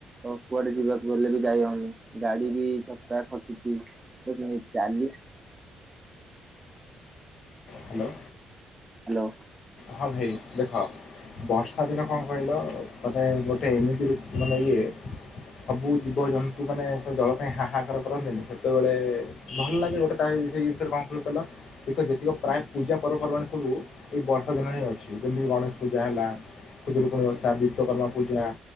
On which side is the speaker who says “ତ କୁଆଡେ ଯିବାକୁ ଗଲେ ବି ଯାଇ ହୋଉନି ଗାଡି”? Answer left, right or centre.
Right